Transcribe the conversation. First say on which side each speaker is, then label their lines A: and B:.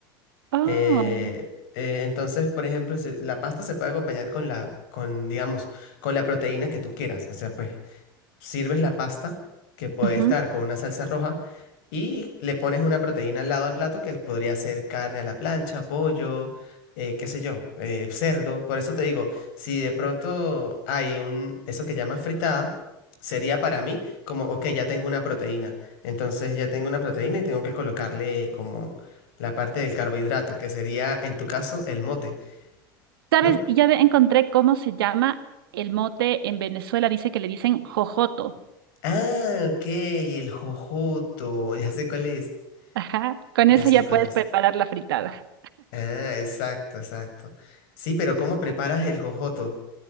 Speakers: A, on the right; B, on the left.
A: Oh.
B: Eh, eh, entonces, por ejemplo, se- la pasta se puede acompañar con la, con, digamos, con la proteína que tú quieras. O sea, pues sirves la pasta, que puede
A: ujú.
B: estar con una salsa roja, y le pones una proteína al lado al plato, que podría ser carne a la plancha, pollo, eh, qué sé yo, eh, cerdo. Por eso te digo, si de pronto hay un, eso que llamas fritada, sería para mí como, ok, ya tengo una proteína. Entonces ya tengo una proteína y tengo que colocarle como la parte del carbohidrato, que sería en tu caso el mote,
A: ¿Sabes?
B: ¿no?
A: Ya ve- encontré cómo se llama el mote en Venezuela. Dice que le dicen jojoto.
B: Ah, ok, el jojoto, <laughs> ya sé cuál es,
A: Ajá. Con
B: ya
A: eso
B: sé
A: ya
B: cuál
A: puedes
B: es.
A: preparar la fritada.
B: Ah, exacto, exacto. Sí, pero ¿cómo preparas el jojoto?